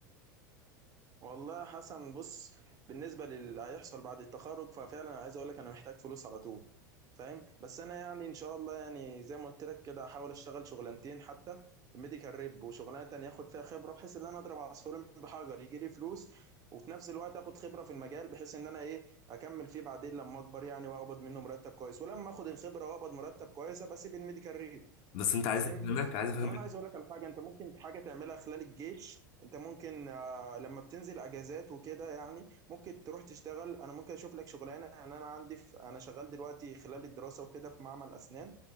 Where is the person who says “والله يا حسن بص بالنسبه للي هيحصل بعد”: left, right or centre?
Right